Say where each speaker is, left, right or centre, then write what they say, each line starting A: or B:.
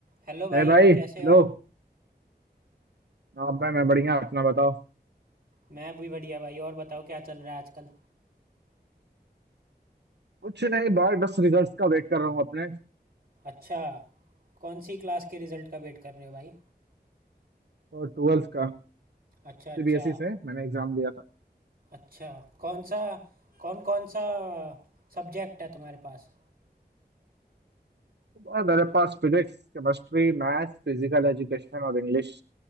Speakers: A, on the right (about 60°); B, on the right (about 85°).
A: Hello भाई
B: अरे भाई
A: कैसे
B: हेलो
A: हो
B: हाँ भाई मैं बढ़िया अपना बताओ
A: मैं भी बढ़िया भाई और बताओ क्या चल रहा है आजकल
B: कुछ नहीं भाई बस रिजल्ट्स का वेट कर रहा हूँ अपने
A: अच्छा कौन सी क्लास के रिजल्ट का वेट कर रहे हो भाई
B: और ट्वेल्थ का
A: अच्छा अच्छा
B: सीबीएसई से मैंने एग्जाम दिया था
A: अच्छा कौन सा कौन कौन सा सब्जेक्ट है तुम्हारे पास
B: तो बहुत मेरे पास physics chemistry maths physical education और इंग्लिश